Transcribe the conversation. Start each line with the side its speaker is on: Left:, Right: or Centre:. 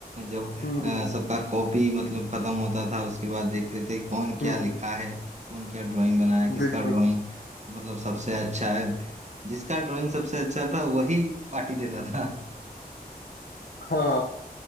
Right: जब
Left: हम्म
Right: आ,
Left: हम्म हम्म
Right: सबका कॉपी मतलब खत्म होता था उसके बाद देखते थे कौन क्या
Left: हम्म,
Right: लिखा है कौन क्या ड्राइंग बनाया है किसका
Left: बिल्कुल
Right: ड्राइंग मतलब सबसे अच्छा है जिसका ड्राइंग सबसे अच्छा था वही पार्टी देता था
Left: हाँ हाँ